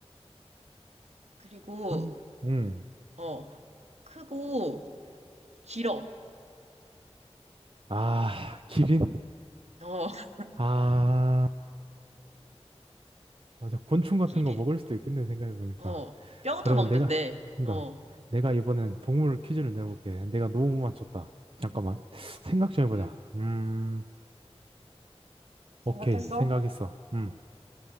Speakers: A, on the right; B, on the right.
A: 그리고,
B: 아닌데? 응.
A: 어, 크고, 길어.
B: 아, 기린?
A: 어, <laughs>
B: 아, 맞아. 곤충 같은
A: 길이,
B: 거 먹을 수도 있겠네, 생각해보니까.
A: 어, 뼈도
B: 그러면
A: 먹는데,
B: 내가, 그러니까
A: 어.
B: 내가 이번엔 동물 퀴즈를 내볼게. 내가 너무 못 맞췄다. 잠깐만. 생각 좀
A: 음,
B: 해보자. 음,
A: 생각했어?
B: 오케이. 생각했어. 음.